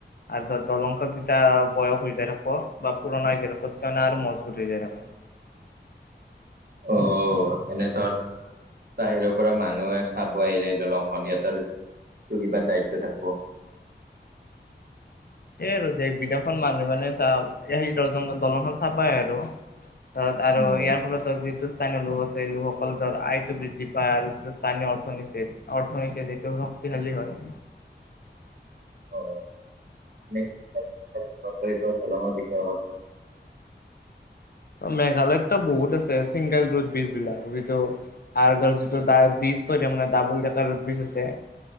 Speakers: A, on the left; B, on the right.
A: আৰু ধৰ দলং খন যেতিয়া বয়স হৈ যায় ওখ বা পুৰণা হৈকিনে সত্ৰ্যনা আৰু মজবুত হৈ জাই তাৰমানে
B: অ' এনে ধৰ বাহিৰৰ পৰা মানুহে চাব আহিলে দলংখন সিহঁতৰ, টো কিবা দায়িত্ব থাকব
A: এই আৰু দেশ বিদেশৰ মানুহ মানে চাওঁক এ আহি দ দলংখন চাবাই আৰু ত আৰু
B: উম
A: ইয়াৰ ফলত যিটো স্থানীয় লোক আছে এই লোকসকল ধৰ আয়টো বৃদ্ধি পায়, আৰু যিটো স্থানীয় অৰ্থনীতিৰ অৰ্থনীতি যিটো ক্তি শালী হয়।
B: অ এনে কিছুমান বিখ্যাত জীৱন্ত এইবাৰ দলঙৰ বিষয়ে কোৱাচোন
A: মেঘালয়ত তো বহুত আছে ছিংগল ৰুট ব্ৰীজ বিলাক। যিটো আৰু ধৰ যিটো দাডব্ৰিজ কৈ দে মানে দাবুল দেতৰ ব্ৰিজ আছে